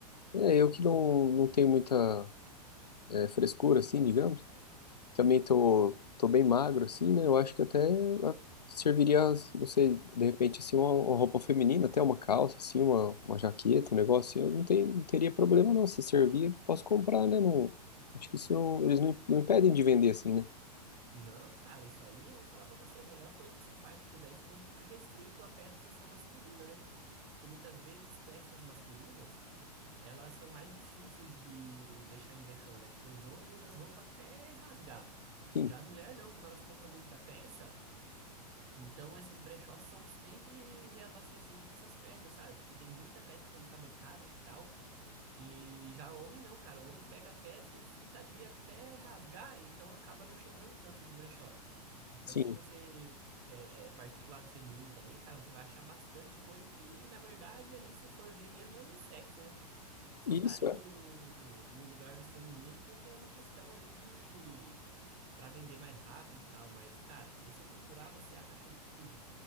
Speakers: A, on the left; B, on the right.
A: É,
B: É,
A: eu
B: então.
A: que não, não tenho muita, é, frescura, assim, digamos. Também tô, tô bem magro, assim, né? Eu acho que até ah, serviria, não sei, de repente, assim, uma, uma roupa feminina, até uma calça, assim, uma, uma jaqueta, um negócio assim. Eu não, tenho, não teria problema, não. Se servir, posso comprar, né? Não, acho que isso não, eles não, não impedem de vender, assim, né?
B: Não, cara, isso aí eu vou falar pra você, é a melhor coisa que você faz, porque daí você não fica restrito a peça só masculina, né? Porque muitas vezes peças masculinas elas são mais difíceis de deixar em brechó, né? Porque os homens usam as roupas até rasgar.
A: Sim,
B: Já as mulheres não, como elas compram muita peça, então esses brechós são sempre reabastecidos com essas peças, sabe? Porque tem muita peça sendo fabricada e tal. E já o homem não, cara. O homem pega a peça e fica ali até rasgar, então acaba não chegando tanto nos brechó. Então,
A: sim.
B: se você é, partir pro lado feminino também, cara, você vai achar bastante coisa que, na verdade, ali, se for ver mesmo, é unissex, né? Só
A: Isso,
B: tá ali
A: é.
B: no, no lugar do feminino porque é uma questão ali de para vender mais rápido e tal, mas cara, se você procurar, você acha de tudo.